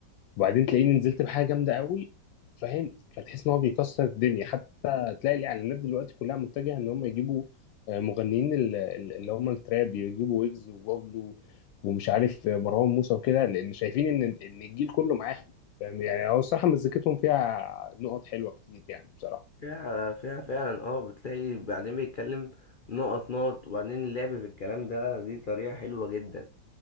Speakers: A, on the left; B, on the left.
A: وبعدين تلاقيني نزلت بحاجه جامده قوي فاهم فتحس ان هو بيكسر الدنيا حتى تلاقي الاعلانات دلوقتي كلها متجهه ان هم يجيبوا آه، مغنيين ال- ال- اللي هم التراب يجيبوا ويجز وبابلو ومش عارف آه، مروان موسى وكده لان شايفين ان ان الجيل كله معاهم فاهم يعني هو الصراحه مزيكتهم فيها نقط حلوه كتير يعني بصراحه
B: فيها فيها فعلا اه بتلاقي بعدين بيتكلم نقط نقط وبعدين اللعب في الكلام ده دي طريقة حلوة جدا